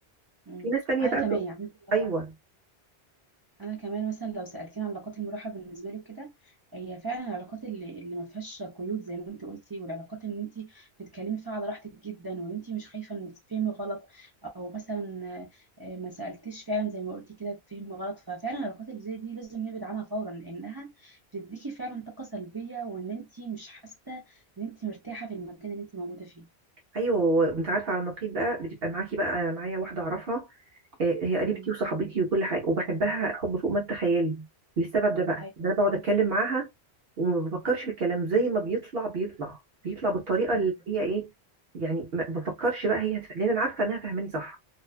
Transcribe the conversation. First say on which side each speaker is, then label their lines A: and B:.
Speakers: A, on the right (about 25°); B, on the right (about 65°).
A: امم
B: في ناس تانية
A: انا
B: بقى
A: كمان يعني
B: ايوه
A: انا كمان مثلا لو سالتيني عن علاقات المراحه بالنسبه لي كده هي فعلا العلاقات اللي, اللي ما فيهاش قيود زي ما انت قلتي والعلاقات ان انت بتتكلمي فيها على راحتك جدا وان انت مش خايفه ان تتفهمي غلط او مثلا آه، ما سالتيش فعلا زي ما قلتي كده تتفهمي غلط ففعلا العلاقات اللي زي دي لازم نبعد عنها فورا لانها بتديكي فعلا طاقه سلبيه وان انت مش حاسه ان انت مرتاحه في المكان اللي انت موجوده فيه
B: ايوه انت عارفه على النقيض بقى بتبقى معاكي بقى انا معايا واحده اعرفها آه، هي قريبتي
A: امم
B: وصاحبتي وكل حاجه وبحبها حب فوق ما تتخيلي للسبب ده بقى
A: ايوه
B: ان انا بقعد اتكلم معاها وما بفكرش في الكلام زي ما بيطلع بيطلع بيطلع بالطريقه
A: امم
B: اللي هي ايه يعني ما بفكرش بقى هي هتف... لان انا عارفه انها فاهماني صح